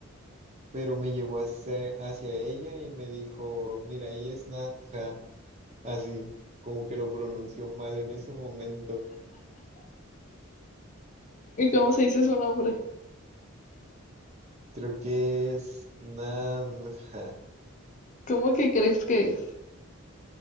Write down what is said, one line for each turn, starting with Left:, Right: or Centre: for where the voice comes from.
Right: pero me llevó hacia, hacia ella y me dijo, mira, ella es Natja, así como que lo pronunció mal en ese momento.
Left: ¿Y cómo se dice su nombre?
Right: Creo que es Nadja.
Left: ¿Cómo que crees que es?